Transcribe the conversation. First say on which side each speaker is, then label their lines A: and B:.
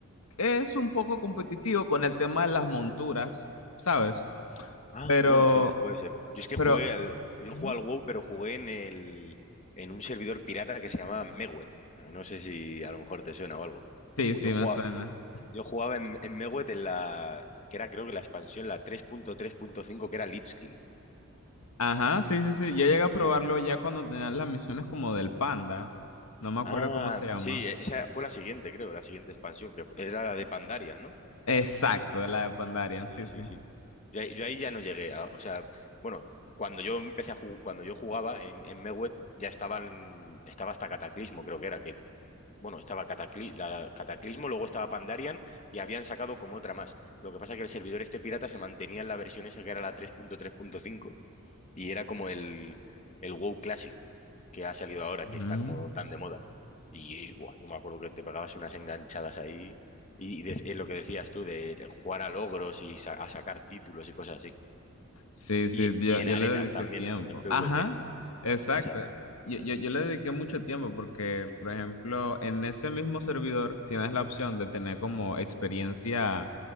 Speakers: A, on the left (about 80°); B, on the left (about 35°).
A: es un poco competitivo con el tema de las monturas, ¿sabes?
B: Ah,
A: Pero,
B: bueno, sí, puede ser. Yo es que
A: pero,
B: jugué al, yo
A: Ujú.
B: jugué al WoW, pero jugué en el, en un servidor pirata que se llama Mewet. No sé si a lo mejor te suena o algo.
A: sí,
B: Pues
A: sí,
B: Yo jugaba,
A: me suena.
B: yo jugaba en, en Mewet en la, que era creo que la expansión, la tres tres punto tres punto cinco que era Lich King.
A: Ajá, sí, sí, sí, yo llegué a probarlo
B: Y-
A: ya cuando tenían las misiones como del panda, no me acuerdo
B: Ah,
A: cómo se llama.
B: sí, e, esa fue la siguiente, creo, la siguiente expansión, que fu- era la de Pandarian, ¿no?
A: Exacto, de la de Pandarian,
B: Sí,
A: sí,
B: sí,
A: sí.
B: sí. Yo, ahí yo ahí ya no llegué. a- o sea, bueno, cuando yo empecé a jugar, cuando yo jugaba en, en Mewet ya estaban, estaba hasta Cataclismo, creo que era, que, bueno, estaba Catacli- la- Cataclismo, luego estaba Pandarian y habían sacado como otra más. Lo que pasa es que el servidor este pirata se mantenía en la versión esa que era la 3.3.5 y era como el, el WoW Classic que ha salido ahora,
A: Ujú.
B: que está como tan de moda. Y buah, yo me acuerdo que te pegabas unas enganchadas ahí. Y, y de- y lo que decías tú, de jugar a logros y sa- a sacar títulos y cosas así.
A: Sí, sí,
B: Y, y
A: yo,
B: en
A: yo
B: arenas
A: le dediqué
B: también,
A: tiempo.
B: en PvP,
A: Ajá, exacto.
B: las arenas.
A: Yo, yo, yo le dediqué mucho tiempo porque, por ejemplo, en ese mismo servidor tienes la opción de tener como experiencia